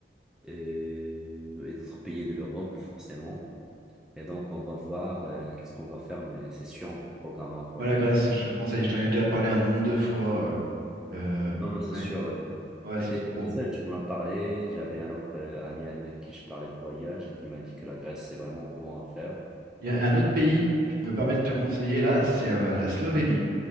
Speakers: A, in the centre; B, on the right.
A: euh, et d'autres pays de l'Europe, forcément. Et donc, on va voir euh, qu'est-ce qu'on va faire, mais c'est sûr, on programme un voyage.
B: Moi, la Grèce, je te le conseille. Je t'en ai déjà parlé un nombre de fois. euh,
A: Mm.
B: euh,
A: Non, non,
B: je
A: c'est
B: t'en
A: sûr.
B: ai-
A: Euh,
B: Ouais, c'est
A: j'étais
B: trop
A: tout
B: beau.
A: seul, tu m'en as parlé. J'avais un autre euh, ami avec qui je parlais de voyage et qui m'a dit que la Grèce, c'est vraiment bon à faire.
B: Il y a un autre
A: Et-
B: pays, je me permets de te conseiller là, c'est euh, la Slovénie.